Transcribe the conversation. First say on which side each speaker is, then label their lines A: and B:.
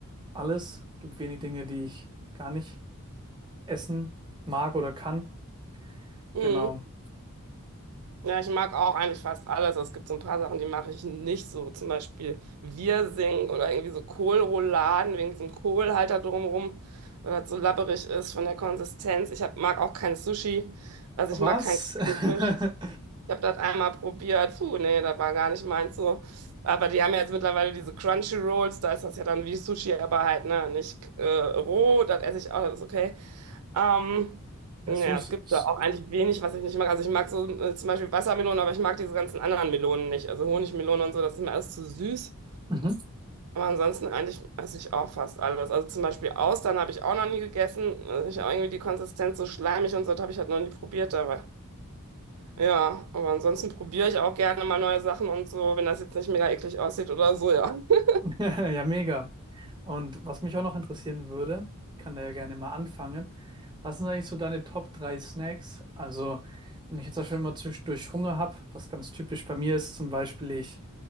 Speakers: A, on the right; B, on the right.
A: alles. Gibt wenig Dinge, die ich gar nicht essen mag oder kann.
B: Mhm.
A: Genau.
B: Ja, ich mag auch eigentlich fast alles. Es gibt so ein paar Sachen, die mache ich nicht so. Zum Beispiel Wirsing oder irgendwie so Kohlrouladen wegen diesem Kohlhalter drumherum, weil das so labberig ist von der Konsistenz. Ich hab, mag auch kein Sushi. Also
A: Was?
B: ich mag keinen kalten
A: <laughs>
B: Fisch. Ich habe das einmal probiert. Puh, nee, das war gar nicht meins so. Aber die haben ja jetzt mittlerweile diese Crunchy Rolls. Da ist das ja dann wie Sushi, aber halt, ne, nicht äh, roh. Das esse ich auch, das ist okay. Ähm,
A: Ja,
B: naja,
A: Sus.
B: es gibt
A: s-
B: da auch eigentlich wenig, was ich nicht mag. Also ich mag so äh, zum Beispiel Wassermelonen, aber ich mag diese ganzen anderen Melonen nicht. Also Honigmelone und so, das ist mir alles zu süß.
A: Mhm.
B: Aber ansonsten eigentlich esse ich auch fast alles. Also zum Beispiel Austern habe ich auch noch nie gegessen. Also ich habe irgendwie die Konsistenz so schleimig und so, das habe ich halt noch nie probiert. Aber ja, aber ansonsten probiere ich auch gerne mal neue Sachen und so, wenn das jetzt nicht mega eklig aussieht oder so, ja. <laughs>
A: <laughs> Ja, mega. Und was mich auch noch interessieren würde, kann da ja gerne mal anfangen. Was sind eigentlich so deine Top 3 Snacks? Also, wenn ich jetzt zum Beispiel immer zwischendurch Hunger habe, was ganz typisch bei mir ist, zum Beispiel, ich